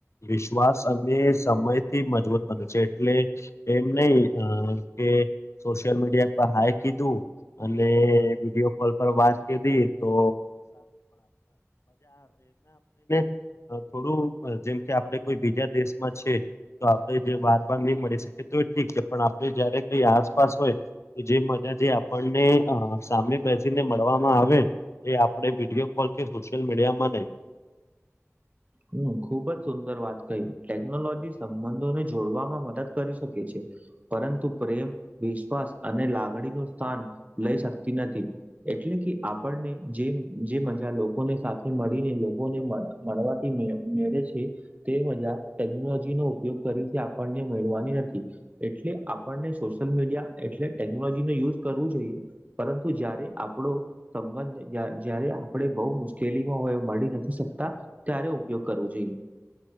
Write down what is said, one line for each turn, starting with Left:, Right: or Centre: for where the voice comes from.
Left: વિશ્વાસ અને સમયથી મજબૂત બને છે એટલે એમ નઈ કે સોશિયલ મીડિયા પર હાય કીધું અને વિડિયો કોલ પર વાત કીધી તો <unintelligible> થોડું જેમ કે આપડ કોઈ બીજા દેશમાં છે તો આપણે જે બાર બાર ની મળી શકી તો એ ઠીક છે પણ આપણે જયારે કઈ આસપાસ હોય જે મજા જે આપણને સામે બેસીને મળવામાં આ એ આપણે વિડીયો કોલ કે સોશિયલ મીડિયામાં <inaudible>
Right: હમ <unintelligible> વાત કઈ ટેકનોલોજી સંબંધોને જોડવામાં મદદ કરી શકે છે પરંતુ પ્રેમ વિશ્વાસ અને લાગણી નું સ્થાન લઈ શકતી નથી એટલે કે આપણને જે જે મજા લોકોને સાથે મળીને લોકોને મળવા <inaudible> મેળે છે તે મજા ટેકનોલોજી નો ઉપયોગ <unintelligible> આપણને મેળવાની નથી એટલે આપણને સોશિયલ મીડિયા એટલે ટેકનોલોજી નો યુઝ કરવું જોઈએ પરંતુ જ્યારે આપ <inaudible> સંબંધ જયારે આપણે બો મુશ્કેલીમાં હોય મળી નથી શકતા ક્યારે ઉપયોગ કરવો જોઈએ